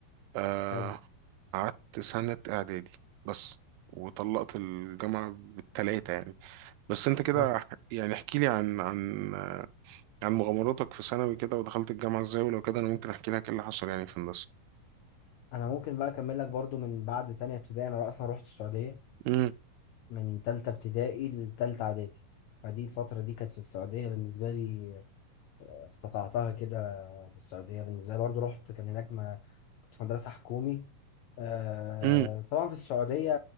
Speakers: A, on the right; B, on the left.
A: آه،
B: حلو
A: قعدت سنة إعدادي بس وطلقت الجامعة بالتلاتة يعني بس أنت كده
B: ها
A: ح- يعني احكي لي عن عن عن مغامراتك في ثانوي كده ودخلت الجامعة ازاي ولو كده انا ممكن احكي لك ايه اللي حصل يعني في هندسة
B: انا ممكن بقى اكمل لك برضو من بعد تانية ابتدائي انا اصلا رحت السعودية
A: مم،
B: من تالتة ابتدائي لتالتة اعدادي فدي الفترة دي كانت في السعودية بالنسبة لي افتتحتها كده بالسعودية بالنسبة لي برضو رحت كان هناك ما كنت في مدرسة حكومي آه،
A: مم،
B: طبعا في السعودية